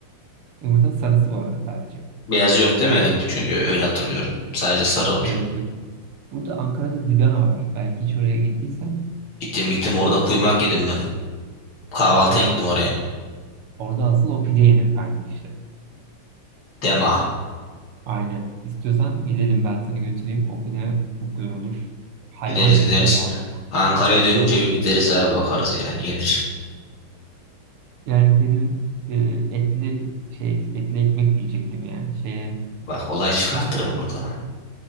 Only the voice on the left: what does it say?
Beyazı yok değil mi? Evet çünkü öyle hatırlıyorum. Sadece sarı oluyor.
Gittim gittim
orada kuymak yedim ben. Kahvaltıya
gittim oraya.
Dema.
Gideriz
gideriz.
Ankara'ya dönünce bir gideriz abi bakarız yani yenir.
Bak olay çıkartırım burada.